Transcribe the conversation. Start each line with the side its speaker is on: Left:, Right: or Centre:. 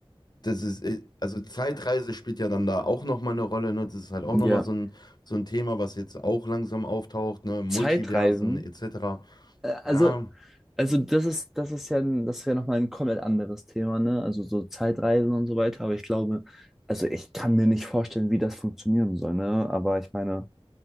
Left: das ist, äh, also Zeitreise spielt ja dann da auch nochmal eine Rolle, ne? Das ist halt auch
Centre: Ja.
Left: nochmal so ein, so ein Thema, was jetzt auch langsam auftaucht, ne? Multiversen
Centre: Zeitreisen?
Left: etc.
Centre: Äh, Also,
Left: Ja,
Centre: also das ist, das ist ja, ein- das ist ja nochmal ein komplett anderes Thema, ne? Also so Zeitreisen und so weiter, aber ich glaube, also ich kann mir nicht vorstellen, wie das funktionieren soll, ne? Aber ich meine,